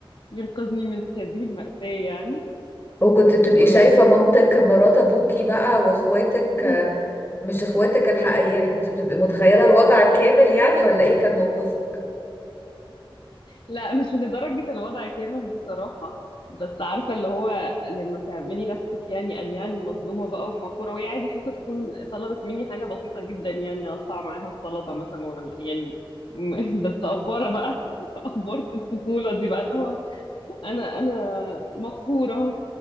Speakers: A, on the left; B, on the left.
A: ينقذني من هذه المأساة يعني
B: وكنت بتبقي
A: و
B: شايفة مامتك مرات ابوكي بقى واخواتك
A: <laughs>
B: آه، مش اخواتك الحقيقية يعني كنت بتبقي متخيلة الوضع كامل يعني ولا ايه كان موقفك
A: لا مش لدرجة الوضع كامل بصراحة بس عارفة اللي هو لما تعملي نفسك يعني أن يعني مظلومة بقى ومقهورة وهي عادي ممكن تكون طلبت مني حاجة بسيطة جدا يعني أقطع معاها السلطة مثلا ولا يعني م- <laughs> بس أفورة بقى <laughs> أفورة الطفولة دي بقى اللي هو أنا أنا مقهورة